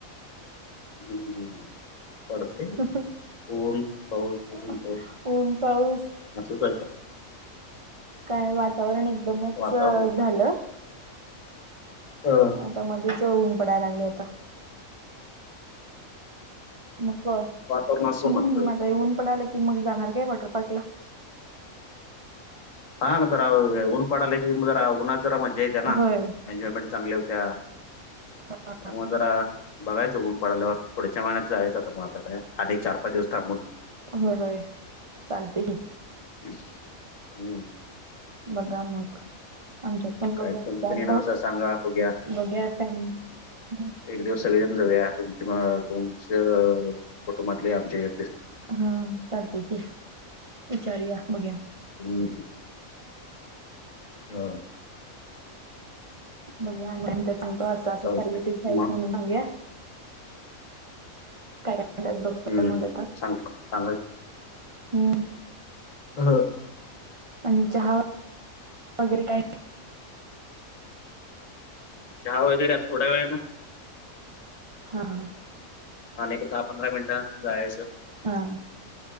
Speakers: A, on the left; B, on the right.
A: <unintelligible> पडते
B: <unintelligible>
A: ऊन पाऊस ऊन पाऊस
B: ऊन-पाऊस
A: असंच आहे
B: काय वातावरण एकदमच
A: वातावरण
B: झालं!
A: हा.
B: आता मध्येच ऊन पडायला लागलंय आता. मग हं,
A: वातावरण असं म्हणतं
B: मग आता ऊन पडालं की मग जाणार काय वॉटर पार्कला?
A: हा ना, जरा ऊन पडाला की जरा उन्हात जरा मज्जा येत्या ना,
B: होय
A: एनजॉयमेंन्ट चांगली होत्या.
B: <unintelligible>
A: त्यामुळे जरा बघायचं, ऊन पडाल्यावर पुढच्या महिन्यात जायचं. आता मग आता काय, आणि एक चार-पाच दिवस थांबून.
B: होय-होय. चालतंय की.
A: <unintelligible>
B: बघां मग आमच्यात पण बघूया,
A: काय तुम्ही
B: विचारतो.
A: पण येणार असं सांगा बघूया
B: बघुयात, काय म्हणत्यात.
A: एकं दिवस सगळेजण जाऊया, तुमचं तुमचे कुटुंबातले आमचे.
B: हां, चालतेय की! विचारूया, बघूया
A: <unintelligible> हा.
B: मग मी नंतर सांगतो, असं-असं
A: चालते
B: फॅसिलिटीज आहेत
A: मग
B: म्हणून सांगूया. काय म्हणत्यात बघतो,
A: हम्म
B: मग आता.
A: सांग सांगायच
B: हम.
A: हो.
B: आणि चहां वगैरे काही
A: चहा वगैरे थोड्यायं वेळा ना.
B: हा-हा.
A: आणि एक दहा-पंधरा मिनिटंन जायचं.
B: हां.